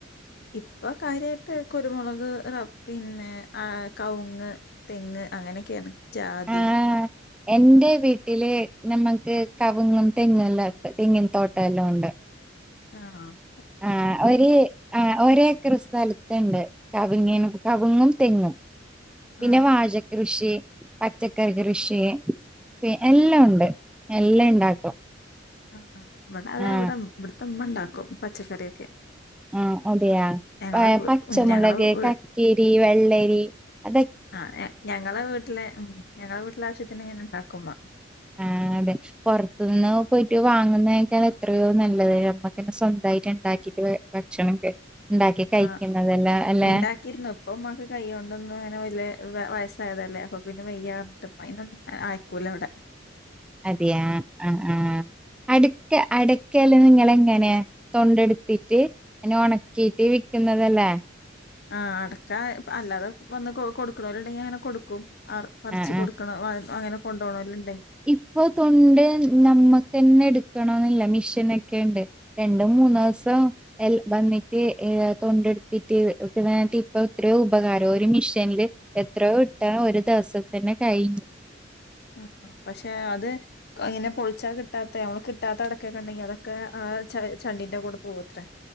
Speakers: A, on the left; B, in the centre.
A: ഇപ്പം കാര്യ ട്ട് കുരുമൊളക് റബ്ബ് പിന്നെ ഏഹ് കവുങ്ങ്, തെങ്ങ് അങ്ങനെ ഒക്കെയാണ്. ജാ തി
B: ആഹ് എന്റെ വീട്ടിൽ ഞമ്മെക്ക് കവുങ്ങും തെങ്ങും എല്ലാം ഇണ്ട് തെങ്ങിൻ തോട്ടം എല്ലാം ഉണ്ട്
A: ആണോ
B: ആഹ് ഒര് ആഹ് ഒര് ഏക്കർ സ്ഥല്ത്ത് ഇണ്ട് കവ്ങ്ങിനും കവ്ങ്ങും തെങ്ങും പിന്നെ
A: ആ
B: വാജകൃഷി രി പച്ചക്കറി കൃഷി പി എല്ലാം ഉണ്ട് എല്ലെയ് ഇണ്ടാക്കും
A: ആഹ് ആഹ് ഇവെടെ അതെ
B: ആഹ്
A: ഇവെടെ ഇമ് ഇവെട്ത്തെ ഇമ്മ ഇണ്ടാക്കും പച്ചക്കറിയൊക്കെ
B: ആഹ് അതെയാ
A: ഞങ്ങളെ
B: ഏഹ്
A: വീ-
B: പച്ചമുളെക്
A: ഉം, ഞങ്ങളെ വീ
B: കക്കേരി വെള്ളെരി അത്
A: ആഹ് ഞ ഞങ്ങളെ വീട്ട്ലെ ഉം ഞങ്ങളെ വീട്ട്ലെ ആവശ്യത്തിന് ഇങ്ങനെ ഇണ്ടാക്കും ഇമ്മ
B: ഉം അതെ പൊർത്തുന്നു പോയിറ്റ് വാങ്ങുന്നെയ്ക്കാളും എത്രയോ നല്ലെത് നമ്മെക്കെന്നെ സ്വന്തായിറ്റ് ഇണ്ടാക്കാ ക്കിട്ട് ഭക്ഷണം ഒക്കെ ഇണ്ടാക്കി കഴിക്ക്ന്നെത്
A: ആ
B: ലെ അല്ലെ?
A: ഉണ്ടാക്കിയിരുന്നു ഇപ്പം ഉമ്മാക്ക് കൈയ്യോണ്ടൊന്നും അങ്ങനെ വെല്ലെ വ വയസ്സായെത് അല്ലെ അപ്പ പിന്നെ വെയ്യാർൺട്ട് അപ്പ അയ്നൊന്നും ആയക്കൂല ഇവെടെ
B: അതിയാ ആഹ് ആഹ് അട്ക്ക അട്ക്കെൽ നിങ്ങെൾ എങ്ങനെ തൊണ്ടെട്ത്തിട്ട് ഇങ്ങെനെ ഒണക്കിയിട്ട് വിക്ക് ക്ക്ന്നെത് അല്ലെ?
A: ആഹ് അടക്കാ പ്പ അല്ലാതെ വന്ന് കൊ കൊട്ക്ക്ണോൽ ഇണ്ടെങ്കി അങ്ങെനെ കൊട്ക്കും <unintelligible> പറിച്ച്
B: ആഹ്
A: കൊടുക്കണം
B: ആഹ്
A: അ അങ്ങനെ കൊണ്ട് പോണോരിലിൻ
B: ഇപ്പൊ തൊണ്ട് നമ്മക്ക് തന്നെ എടുക്കണോന്നില്ല. മിഷനൊക്കെ ഇണ്ട് രണ്ട് മൂന്ന് ദിവസം <unintelligible> വന്നിട്ട് ഏഹ് തൊണ്ടെടുത്തിട്ട്. <unintelligible> ഇപ്പൊ എത്രയോ ഉപകാരം ഒരു മിഷേനീല് എത്രയോ ഇട്ടാണ് ഒരു ദിവസം തന്നെ കഴി
A: ആഹ് പക്ഷെ അത് ക ഇങ്ങനെ പൊളി <unintelligible> കിട്ടാത്ത നമ്മള് കിട്ടാത്ത അടക്കേക്കെ ഉണ്ടെങ്കി അതൊക്കെ ആ ച ചണ്ടീന്റെ കൂടെ പോവത്രേ.